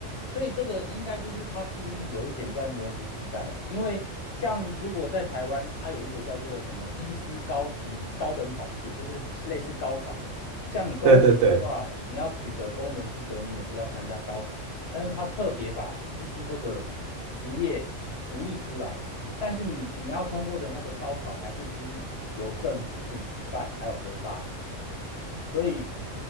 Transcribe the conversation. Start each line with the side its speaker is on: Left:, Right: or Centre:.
Left: 所以这个应该就是他故意有一点在模糊地带啊，因为像如果在台湾，它有一个叫做什么医师高级高等考试，就是类似高考的。像你公务员的话，
Right: 对对对，
Left: 你要取得公务员资格，你也是要参加高考，但是他特别把医师这个职业独立出来，但是你你要通过的那个高考还是经由政府去举办，还有核发。所以，